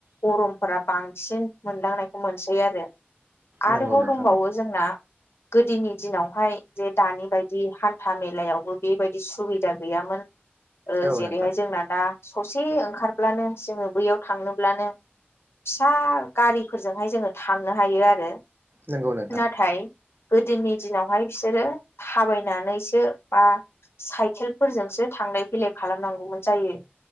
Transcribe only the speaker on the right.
नंगौ नोंथां
औ
नोंथां
नंगौ नोंथां